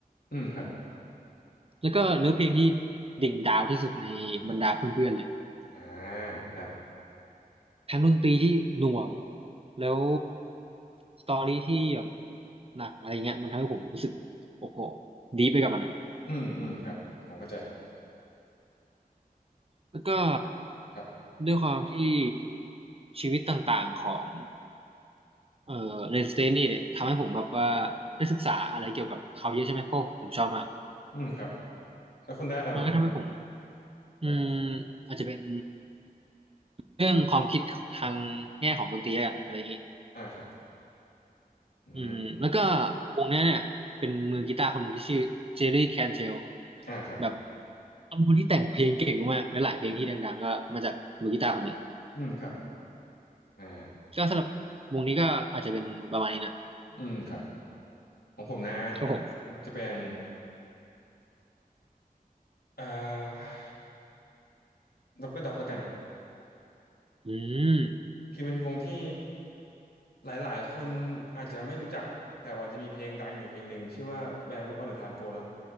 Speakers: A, on the left; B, on the right.
A: อืมครับ
B: แล้วก็เนื้อเพลงที่
A: อืม
B: ดิ่งดาวที่สุดในบรรดาเพื่อนๆเลย
A: อ่าครับ
B: ทั้งดนตรีที่หน่วงแล้วสตอรี่ที่แบบหนักอะไรเงี้ยมันทำให้ผมรู้สึกโอ้โหดีไปกับมันอะ
A: อืมอืมครับผมเข้าใจ
B: แล้วก็
A: อ่ะครับ
B: ด้วยความที่ชีวิตต่างๆของเอ่อ Red State เตนนี่เนี่ยทำให้ผมแบบว่าได้ศึกษาอะไรเกี่ยวกับเขาเยอะใช่ไหมเพราะผมชอบมาก
A: อืมครับแล้วคุณได้อะไรมาบ้าง
B: มันก็ทำให้ผม อืม
A: แล้ว
B: อาจจะเป็นเรื่องความคิดทางแง่ของดนตรีแล้วกันอะไรอย่างนี้
A: อ่าครับอืม
B: อืมแล้วก็วงเนี้ยเนี่ยเป็นมือกีตาร์คนหนึ่งที่ชื่อเจอร์รี่แคนเทล
A: อ่าครับ
B: แบบเป็นคนที่แต่งเพลงเก่งมากและหลายเพลงที่ดังๆก็มาจากมือกีตาร์คนนี้
A: อืมครับอ่า
B: ก็สำหรับวงนี้ก็อาจจะเป็นประมาณนี้นะ
A: อืมครับของผมนะอันดับาจะเป็น
B: ครับผม
A: อ่าด็อกเตอร์ด็อกแล้วกัน
B: อืม
A: คือเป็นวงที่หลายๆ คนอาจจะไม่รู้จัก แต่วันจะมีเพลงดังอยู่เพลงหนึ่งชื่อว่า Where Would All the Time Go เนาะ